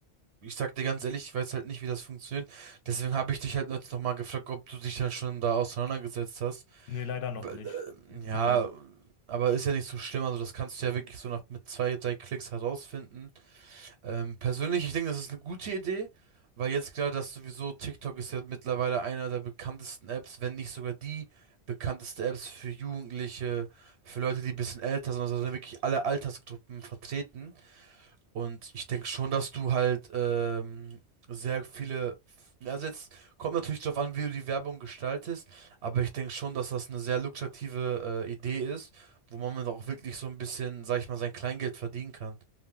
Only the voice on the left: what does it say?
Nee, leider
noch nicht.
Nein.